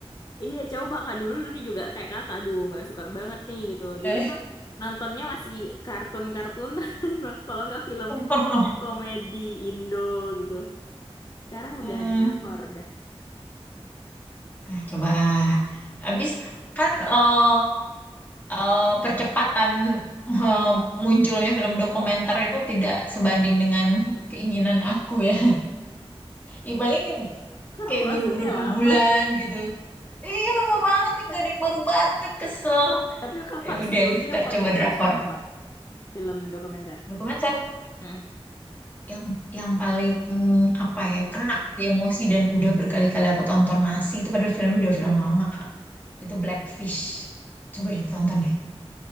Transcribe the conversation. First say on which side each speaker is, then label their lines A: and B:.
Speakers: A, on the left; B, on the left.
A: Iya, coba kakak dulu nih juga kayak Kakak aduh nggak suka banget nih gitu. Dulu
B: Eh,
A: mah nontonnya masih kartun-kartunan <laughs> kalau nggak film
B: <laughs>
A: komedi Indo gitu. Sekarang
B: Hmm.
A: udah drakor dah.
B: Ah, coba. Habis kan eh, eh, percepatan eh, munculnya film dokumenter itu tidak sebanding dengan keinginan aku ya. Ya paling
A: Karena
B: kayak
A: prosesnya
B: baru berapa
A: lama.
B: bulan gitu. Iya lama banget nih gak ada yang baru-baru kan kesel.
A: Tapi Kakak
B: Ya udah
A: sejauh ini
B: ntar
A: yang paling
B: coba
A: Kakak
B: drakor.
A: suka apa? Film dokumenter.
B: Dokumenter
A: Mm.
B: yang yang paling apa ya kena di emosi dan udah berkali-kali aku tonton masih itu padahal filmnya udah film lama. Itu Blackfish. Coba ditonton deh